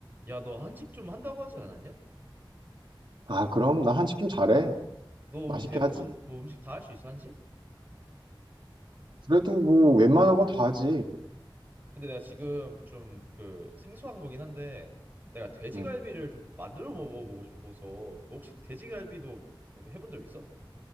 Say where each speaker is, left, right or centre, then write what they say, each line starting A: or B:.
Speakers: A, on the right; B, on the right.
A: 야, 너 한식 좀 한다고 하지 않았냐?
B: 아, 그럼 나 한식 좀 잘해.
A: 너뭐
B: 맛있게
A: 대부분
B: 하지.
A: 뭐 음식 다 할 수 있어, 한식?
B: 그래도 뭐 웬만한 건 다 하지.
A: 근데 내가 지금 좀 그 생소한 거긴 한데 내가 돼지갈비를
B: 음,
A: 좀 만들어 먹어보고 싶어서 너 혹시 돼지갈비도 뭐 해본 적 있어?